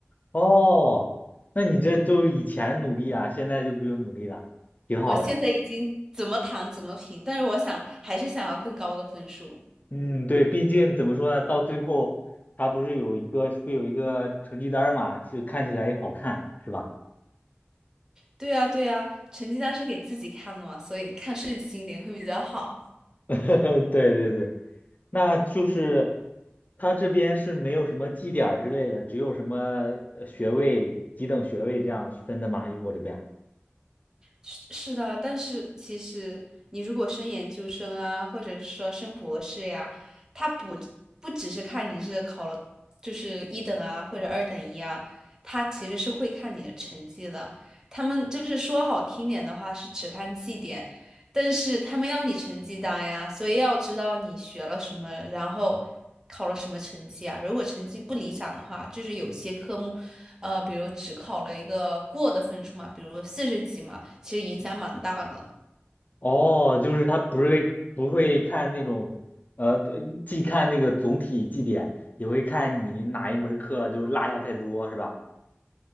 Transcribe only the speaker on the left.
哦，那你这都以前努力啊，现在就不用努力了，挺好的。
嗯，对，毕竟怎么说呢，到最后他不是有一个会有一个成绩单儿嘛，就看起来也好看，是吧？
<laughs> 对对对，那就是他这边是没有什么绩点儿之类的，只有什么呃学位、几等学位这样分的吗？英国这边？
哦，就是他不会不会看那种，呃，既看那个总体绩点，也会看你哪一门课就落下太多，是吧？